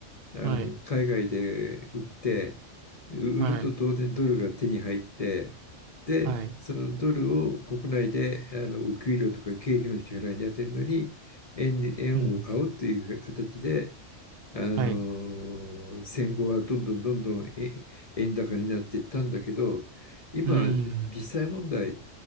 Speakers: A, on the left; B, on the right.
A: あの海外で売って、
B: はい。
A: う売ると当然ドルが手に入って、
B: はい。
A: で、
B: はい。
A: そのドルを国内であのお給料とか経費の支払いに充てるのに、円に、円を買うっていう形で、
B: うん。
A: あの、
B: はい。
A: 戦後はどんどんどんどんえ円高になっていったんだけど、今、
B: うん。
A: 実際問題、